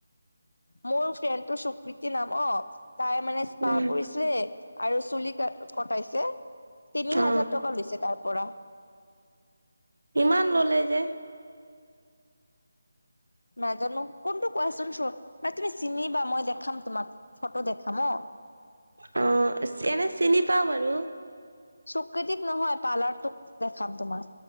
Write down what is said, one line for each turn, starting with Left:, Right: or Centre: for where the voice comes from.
Left: মোৰ ফ্ৰেণ্ডটো সুকৃতি নাম তাই মানে স্পা
Right: উম
Left: কৰিছিলে আৰু চুলি ক কটাইছে তিনি
Right: অ
Left: হাজাৰ টকা লৈছে তাৰ পৰা
Right: ইমান ললে যে
Left: নাজানো কোনটো কোৱাচোন চোন ন তুমি চিনিবা মই দেখাম তোমাক ফটো দেখাম অ
Right: উম এনে চিনি পাও বাৰু
Left: স্বীকৃতিত নহয় পাৰ্লাৰটো খাম তোমাৰ